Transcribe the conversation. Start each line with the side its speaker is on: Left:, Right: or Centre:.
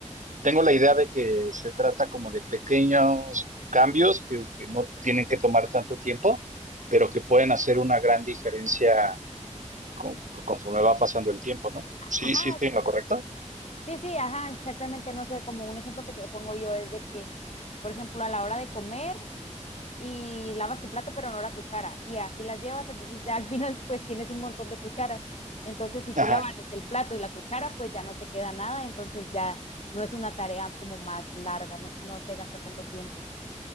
Right: tengo la idea de que se trata como de pequeños cambios que, que no tienen que tomar tanto tiempo, pero que pueden hacer una gran diferencia con- conforme va pasando el tiempo, ¿no? Sí,
Left: ajá,
Right: sí, estoy
Left: exacto.
Right: en lo correcto.
Left: Sí, sí, ajá, exactamente, no sé, como un ejemplo que te pongo yo es de que, por ejemplo, a la hora de comer y lavas tu plato pero no la cuchara y así las llevas, entonces ya al <laughs> final pues tienes un montón de cucharas. Entonces, si
Right: Ajá,
Left: tú lavas el plato y la cuchara, pues ya no te queda nada, entonces ya no es una tarea como más larga, no, no te gasta tanto tiempo.